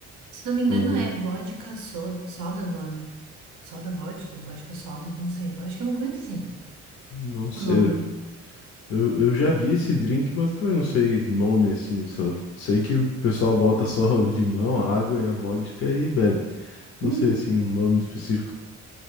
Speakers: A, on the right (about 90°); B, on the left (about 50°).
A: Se não me engano,
B: Uhum.
A: é vodka soda, soda o nome. Soda vodka, vodka soda, não sei. Eu acho que é uma coisa assim,
B: Não sei.
A: o nome.
B: Eu, eu já vi esse drink, mas também não sei nome assim, só sei que o pessoal bota só o limão, a água e a vodka e bebe. Não
A: Uhum.
B: sei assim um nome específico.